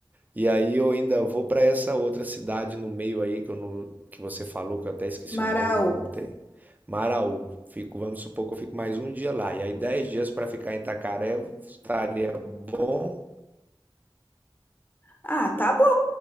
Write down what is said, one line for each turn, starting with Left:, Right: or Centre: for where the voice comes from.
Right: E aí eu ainda vou para essa outra cidade no meio aí, que, eu não, que você falou, que eu até esqueci
Left: Maraú.
Right: o nome, não anotei. Maraú. Fico, vamos supor que eu fico mais um dia lá. E aí, dez dias para ficar em Itacaré estaria bom.
Left: Ah, tá bom.